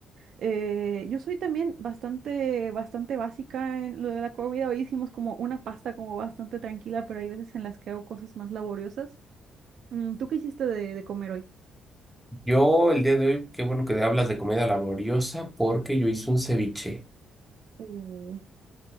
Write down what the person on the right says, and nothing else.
Eh, yo soy también bastante, bastante básica en lo de la comida. Hoy hicimos como una pasta como bastante tranquila, pero hay veces en las que hago cosas más laboriosas. Mm, ¿tú qué hiciste de, de comer hoy?
Uh,